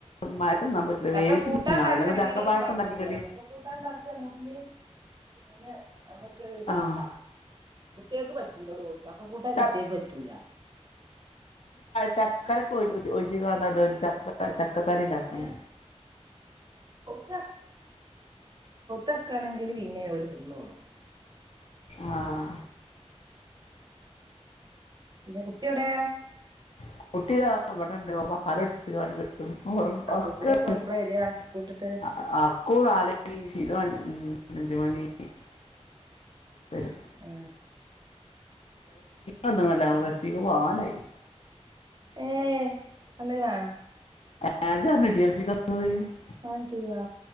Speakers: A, on the left (about 60°); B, on the right (about 40°).
A: മഴയത്ത് തിന്നാൻ പറ്റില്ല
B: ചക്ക
A: വേവിച്ച്
B: കൂട്ടാണ്ടാക്കണെങ്കിലും
A: തിന്നാള അല്ലെങ്കിൽ ചക്ക പായസം
B: കൊയപ്പില്ല
A: ഉണ്ടാക്കിക്കടി
B: ചക്ക കൂട്ടാണ്ടാക്കണെങ്കില് <unintelligible> നമുക്ക് ഇതാക്കാം
A: ആഹ്
B: കുട്ടികൾക്ക് പറ്റും <unintelligible> ചക്കക്കൂട്ടാൻ
A: ച
B: കുട്ടിയക്ക് വറ്റൂല
A: ചക്കരെ <unintelligible> ചക്ക ചക്കക്കറി ഉണ്ടാക്കണം
B: പിന്നെ പഴുത്ത ചക്ക ആണെങ്കിൽ പിന്നതിന്നോളും
A: ആഹ
B: പിന്നെ കുട്ടി എവിടെ
A: <inaudible> <unintelligible>
B: അക്ക് ഇവരൊക്കെ എവിടെപ്പളാ വരിക
A: ഉറക്ക
B: സ്കൂട്ടിട്ട്
A: അഞ്ച്മണി പിന്നെ
B: ആ
A: <unintelligible> ആവാനായി
B: ഏ വന്ന്ക്കണാ
A: <unintelligible>
B: ആന്റിയാ